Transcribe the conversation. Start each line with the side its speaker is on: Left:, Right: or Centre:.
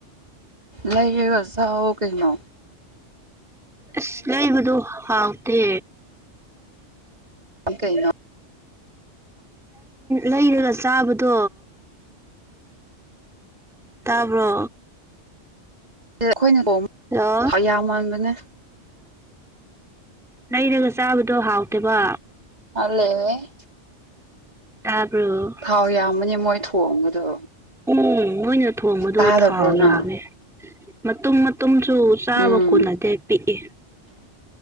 Right: ꯂꯩꯌꯦꯒꯁꯑꯣ ꯀꯩꯅꯩꯅꯣ
Centre: ꯑꯁ ꯂꯩꯕꯗꯣ ꯍꯥꯎꯇꯦ
Right: ꯀꯩꯅꯣ
Centre: ꯂꯩꯔꯒ ꯆꯥꯕꯗꯣ ꯇꯥꯕ꯭ꯔꯣ
Right: ꯑꯩꯈꯣꯏꯅ
Centre: ꯍꯜꯂꯣ
Right: ꯌꯥꯝ ꯃꯥꯟꯕꯅꯦ
Centre: ꯂꯩꯔꯒ ꯆꯥꯕꯗꯣ ꯍꯥꯎꯇꯦꯕ
Right: ꯑꯂꯦ <inaudible>
Centre: ꯇꯥꯕꯔꯣ
Right: ꯊꯥꯎ ꯌꯥꯝꯕꯅꯤ ꯃꯣꯏ ꯊꯣꯡꯕꯗꯣ
Centre: ꯎꯝ ꯃꯣꯏꯅ ꯊꯣꯡꯕꯗꯣ
Right: ꯇꯥꯗꯕ꯭ꯔꯣ
Centre: ꯊꯥꯎ
Right: ꯅꯪ
Centre: ꯌꯥꯝꯃꯦ ꯃꯇꯨꯝ ꯑꯗꯨꯨꯝꯁꯨ ꯆꯥꯕ
Right: ꯎꯝ
Centre: ꯀꯣꯟꯅꯗꯤꯦ ꯄꯤꯛꯏ